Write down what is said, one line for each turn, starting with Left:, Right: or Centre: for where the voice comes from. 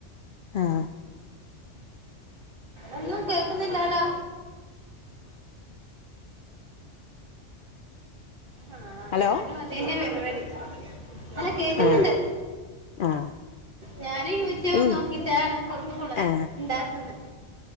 Left: ആ
Right: ഒന്നും കേക്ക്ന്നില്ലാലോ ആഹ്
Left: ഹലോ
Right: ഞാനും അതന്നെ പരിവാടി അല്ല കേക്ക്ന്നുണ്ട്
Left: ആ ആ
Right: ഞാന് യൂട്യൂബ്
Left: ഉം
Right: നോക്കിട്ടാണ് ഫുഡ് ഫുള്ള്
Left: ആ
Right: ഇണ്ടാക്ക്ന്നെ